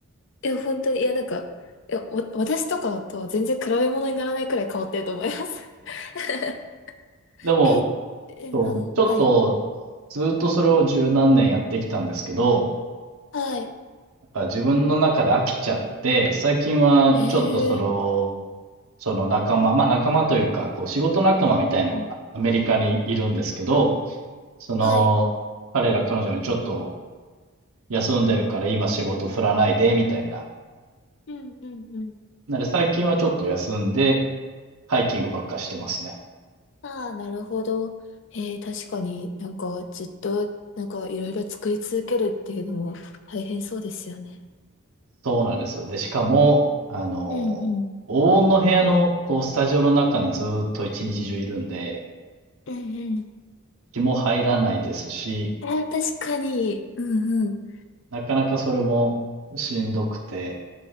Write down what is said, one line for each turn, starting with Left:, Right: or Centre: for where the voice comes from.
Left: いや、本当に、いや、なんか、いや、わ、私とかとは全然比べ物にならないくらい変わってると思います。<laughs>
Right: でも、
Left: え、え、うん、
Right: そう、ちょっと、
Left: はい。
Right: ずっとそれを十何年やってきたんですけど、
Left: はい。
Right: なんか自分の中で飽きちゃって、最近はちょっとその、
Left: へえ。
Right: その仲間、まあ仲間というか、こう仕事仲間みたいのがアメリカにいるんですけど、
Left: うんうん。
Right: その、
Left: はい。
Right: 彼ら彼女にちょっと休んでるから今仕事振らないで、みたいな。
Left: うんうんうん。
Right: なので最近はちょっと休んで、ハイキングばっかしてますね。
Left: ああ、なるほど。えー、確かになんかずっとなんかいろいろ作り続けるっていうのも大変そうですよね。
Right: そうなんですよ。で、しかも、あの、
Left: うんうん。
Right: 黄金の部屋の、こう、スタジオの中にずーっと一日中いるんで、
Left: うんうん。
Right: 気も入らないですし、
Left: ああ、確かに。うんうん。
Right: なかなかそれもしんどくて、